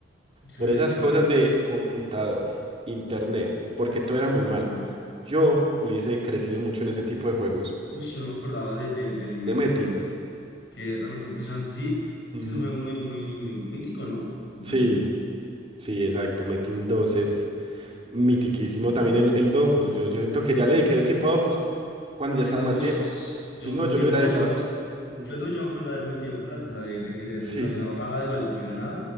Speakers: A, on the left; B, on the right.
A: se
B: por
A: había
B: esas
A: viciado.
B: cosas de computador, internet, porque todo era muy malo,
A: Ajá,
B: yo hubiese crecido mucho en ese tipo de juegos.
A: uy, yo no me acordaba de, de- del Metin,
B: De Metin.
A: weón. Qué raro, qué impresionante. Sí,
B: Ujú.
A: sí, es un juego muy, muy, muy mítico, ¿no? Me
B: Sí,
A: parece a mí.
B: sí, exacto. Metin dos es... Mitiquísimo
A: Metin
B: también
A: 2.
B: el, el Dofus. Yo, yo siento que ya le dediqué tiempo a Dofus cuando ya
A: El
B: estaba
A: Dofus,
B: más viejo. Si
A: yo me
B: no,
A: acuerdo
B: yo
A: que
B: le hubiera
A: no,
B: dedicado
A: yo Pero
B: tiempo. Ujú.
A: luego yo me acuerdo de haber metido plata, o sea, de, de que de verdad
B: Sí,
A: yo también ahorraba igual lo que me ganaba.